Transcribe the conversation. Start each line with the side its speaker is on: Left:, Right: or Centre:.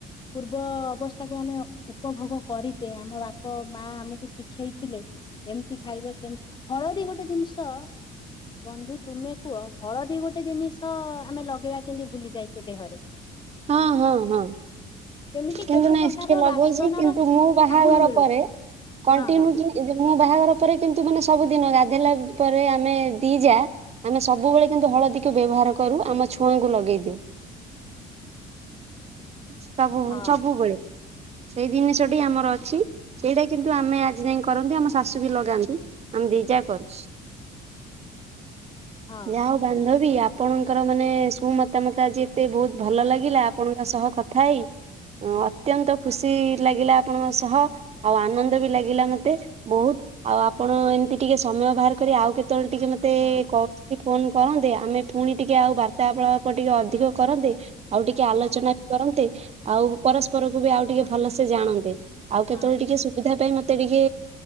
Left: ପୂର୍ବେ ତ ଅବସ୍ଥାକୁ ଆମେ ଉପଭୋଗ କରିଚେ ଆମ ବାପ ତାଙ୍କ ମା ଆମକୁ ଶିଖେଇଥିଲେ, ଏମତି ଖାଇବ ସେମତି, ହଳଦୀ ଗୋଟେ ଗୋଟେ ଜିନିଷ ବନ୍ଧୁ ତୁମେ କୁହ? ହଳଦୀ ଗୋଟେ ଜିନିଷ ଆମେ ଲଗେଇବା କେମତି ଭୁଲି ଯାଇଛେ ଦେହରେ।
Right: ହଁ ହଁ ହଁ।
Left: କେମିତି
Right: କିନ୍ତୁ
Left: କେତେ
Right: ନାଇଁ
Left: ପ୍ରକାରର
Right: ଷ୍ଟିକେମଜଉଛି
Left: ବାସନର
Right: କିନ୍ତୁ
Left: ସାବୁନ
Right: ମୁଁ ବାହାଘର
Left: ମିଳୁଛି
Right: ପରେ କଣ୍ଟିନିଉ
Left: ହଁ ହଁ
Right: ଯେ, ମୋ ବାହାଘର ପରେ କିନ୍ତୁ ମାନେ ସବୁ ଦିନ ଗାଧୋଇେଇଲା ପରେ ଆମେ ଦି ଯା ଆମେ ସବୁବେଳେ କିନ୍ତୁ ହଳଦୀ ବ୍ୟବହାର କରୁ ଆମ ଛୁଆଙ୍କୁ ଲଗେଇଦଉ। ସବୁ
Left: ହଁ
Right: ସବୁବେଳେ। ସେଇ ଜିନିଷଟି ଆମର ଅଛି ସେଇଟା କିନ୍ତୁ ଆମେ ଆଜି ଯାଏ କରନ୍ତି ଆମ ଶାଶୁ ବି ଲଗାନ୍ତି। ଆମେ ଦି ଯା କରୁ।
Left: ହଁ
Right: ଯା ହଉ ବାନ୍ଧବୀ ଆପଣଙ୍କର ମାନେ ସୁମତାମତ ଆଜି ଏତେ ବହୁତ ଭଲ ଲାଗେ ଲାଗିଲା ଆପଣଙ୍କ ସହ କଥା ହେଇ। ଅତ୍ୟନ୍ତ ଖୁସି ଲାଗିଲା ଆପଣଙ୍କ ସହ ଆଉ ଆନନ୍ଦ ବି ଲାଗିଲା ମତେ ବହୁତ୍। ଆଉ ଆପଣ ଏମିତି ଟିକେ ସମୟ ବାହାର କରି ଆଉ କେତେବେଳେ ଟିକେ ମତେ
Left: ହଁ
Right: କରୁଚିନ୍ତି। ଫୋନ କରନ୍ତେ ଆମେ ପୁଣି ଟିକେ ଆଉ ବାର୍ତ୍ତାଳାପ ଟିକେ ଅଧିକ କରନ୍ତେ। ଆଉ ଟିକେ ଆଲୋଚନା
Left: ହଁ ହଁ
Right: ବି କରନ୍ତେ ଆଉ ପରସ୍ପରକୁୁ ବି ଆଉ ଟିକେ ଭଲସେ ଜାଣନ୍ତେ। ଆଉ କେତେବେଳେ
Left: ହଁ
Right: ଟିକେ ସୁବଧା ସେ ପାଇଁ ମତେ ଟିକେ